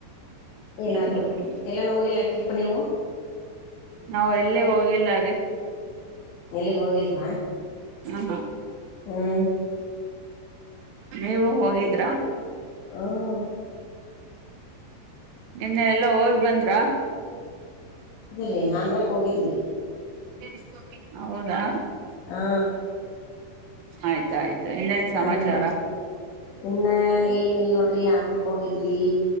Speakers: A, on the left; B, on the right.
A: ಏನಾದ್ರು
B: ಹ್ಮ್
A: ಎಲ್ಲಾನ ಹೋಗಿಲ್ಲ ಟ್ರಿಪ್ ನೀವು.
B: ನಾವ ಎಲ್ಲಿ ಹೋಗಿಲ್ಲರೀ.
A: ಎಲ್ಲಿಗ ಹೋಗಿಲ್ವಾ.
B: <unintelligible>
A: ಹ್ಮ್
B: ನೀವು ಹೋಗಿದ್ರಾ
A: ಹ
B: ಇನ್ನ ಎಲ್ಲಾ ಹೋಗಿ ಬಂದ್ರ.
A: ಅ್ರೀ ಅಂದ್ರಕ್ ಹೋಗಿದ್ವಿ
B: <unintelligible> ಹೌದಾ
A: ಹಾ
B: ಆಯ್ತಾಯ್ತು ಇನ್ನೇನ್
A: ಹಾ
B: ಸಮಾಚಾರ
A: ಇನ್ನ ಏನ ಇಲ್ ನೋಡ್ರಿ ಆಂದ್ರಕ್ ಹೋಗಿದ್ವಿ